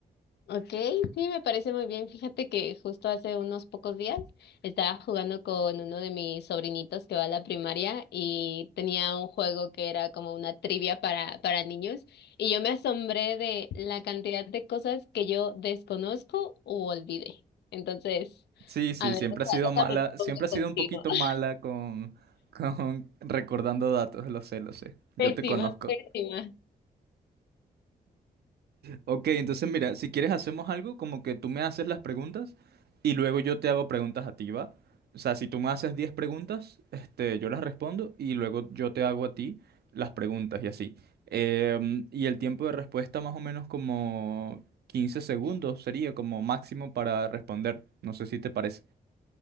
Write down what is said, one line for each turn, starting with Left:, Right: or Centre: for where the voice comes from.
Left: Ok, sí, me parece muy bien. Fíjate que justo hace unos pocos días estaba jugando con uno de mis sobrinitos que va a la primaria y tenía un juego que era como una trivia para, para niños y yo me asombré de la cantidad de cosas que yo desconozco u olvidé. Entonces,
Right: Sí, sí,
Left: a ver,
Right: siempre
Left: deja-
Right: ha sido mala,
Left: déjame responder
Right: siempre ha sido
Left: contigo.
Right: un poquito mala
Left: <laughs>
Right: con, <laughs> con recordando datos, lo sé, lo sé. Yo
Left: Pésima,
Right: te conozco.
Left: pésima.
Right: Ok, entonces mira, si quieres hacemos algo como que tú me haces las preguntas y luego yo te hago preguntas a ti, ¿va? O sea, si tú me haces 10 preguntas, este, yo las respondo y luego yo te hago a ti las preguntas y así. Em, y el tiempo de respuesta más o menos como 15 segundos sería como máximo para responder. No sé si te parece.